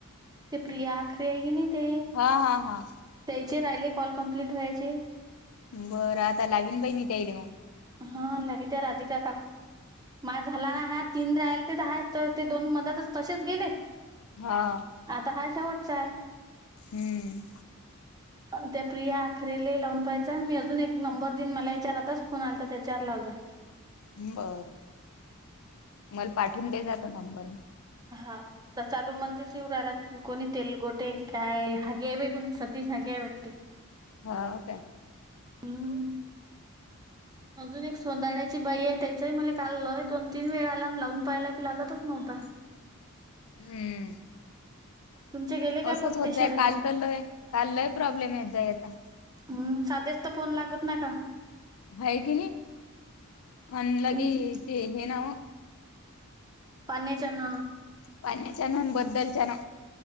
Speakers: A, on the right; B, on the left.
A: ते प्रिया आखरी आहे की नाही ते?
B: हा हा हा
A: त्याचे राहिले कॉल कम्प्लीट व्हायचे.
B: बरं आता लावीन बई मी त्यायले.
A: हा लागे त्या राधिका का. माझ झाला ना हा तीन राहिल ते हा तर ते दोन मधातच तसेच गेले.
B: हा.
A: आता हा शेवटचा आहे.
B: हम्म.
A: त्या प्रिया आखरेले लावून पाहियज मी अजून एक नंबर देईन मला याच्यावर आता फोन आल तर त्याच्यावर लाव जा.
B: बर मला पाठवून त्याचा नंबर.
A: हा. आता चालू मध्येच येऊ राहीला कोणी तेलगोटे की काय हागे आहे बाई कोणी सतीश हागे आहे वाटते.
B: हा काय?
A: हम्म अजून एक सौंदाल्याची बाई आहे त्याचाही मला काल लय दोन तीन वेळा आला अन् लावून पायला की लागतच नव्हता. <unintelligible>
B: हम्म.
A: तुमचे गेले? काय
B: असच
A: पोट्टे
B: होत
A: शाळे
B: जाय काल तर लय काल लय प्रॉब्लेम येत जाई याचा.
A: हम् साध्याच तर फोन लागत ना का?
B: आहे की नाही अन् लंगे
A: तुमच
B: ते हे नाव
A: पाण्या च्यान.
B: पाण्याच्या नून बद्दलच्या ना.